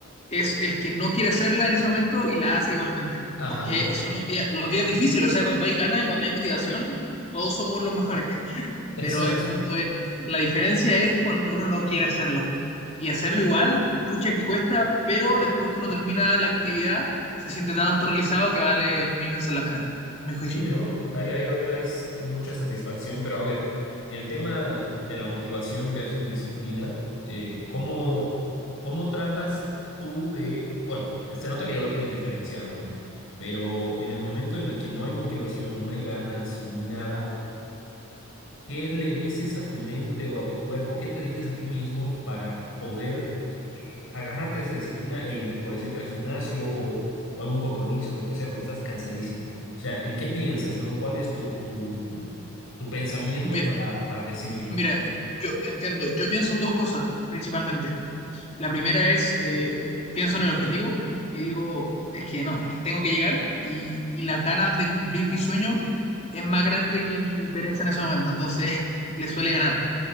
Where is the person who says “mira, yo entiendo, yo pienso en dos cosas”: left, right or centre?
Left